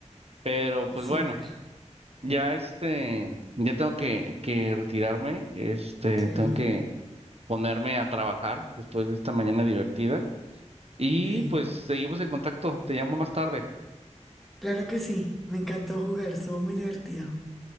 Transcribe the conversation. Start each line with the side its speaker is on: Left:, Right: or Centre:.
Right: Pero pues
Centre: Súper.
Right: bueno, ya este, ya tengo que, que retirarme, este,
Centre: Sí,
Right: tengo que ponerme a trabajar después de esta mañana divertida. Y
Centre: sí.
Right: pues seguimos en contacto, te llamo más tarde.
Centre: Claro que sí, me encantó jugar, estuvo muy divertido.